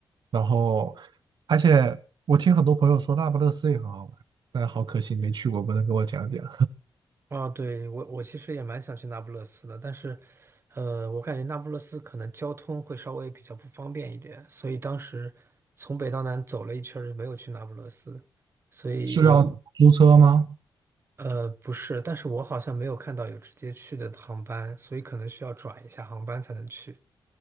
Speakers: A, on the right; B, on the right.
A: 然后而且我听很多朋友说那不勒斯也很好玩，但是好可惜没去过，不能给我讲讲。
B: 啊，对，我我其实也蛮想去那不勒斯的，但是，呃，我感觉那不勒斯可能交通会稍微比较不方便一点，所以当时从北到南走了一圈儿，没有去那不勒斯，所以也，
A: <laughs> 是要租车吗？
B: 呃，不是，但是我好像没有看到有直接去的航班，所以可能需要转一下航班才能去。